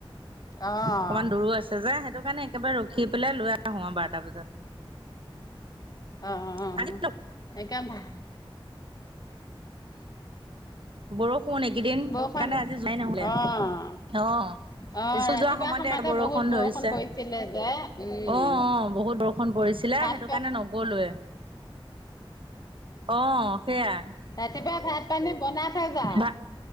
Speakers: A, on the left; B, on the right.
A: অ',
B: অকমান দূৰো আছে যে সেইটো কাৰণে একেবাৰে ৰখি পেলাই লৈ আহো আৰু বাৰটা বজাত।
A: অ', - অ',
B: আজি
A: একে ভা
B: বৰষুণ এইকেইদিন সেইকাৰণে
A: বৰষুণ
B: আজি যোৱাই ন'হলে,
A: অ',
B: অ',
A: অ',
B: ইস্কুল
A: ৰাতিপুৱা
B: যোৱাৰ সময়তে বৰষুণ
A: বহুত
B: ধৰিছে,
A: পৰিছিলে যে উম,
B: অ' অ' বহুত বৰষুণ পৰিছিলে
A: ভাত
B: সেইটো কাৰণে ন'গলোৱে অ', সেয়াই
A: ৰাতিপুৱা ভাত পানী বনাই থৈ যাও।
B: ভা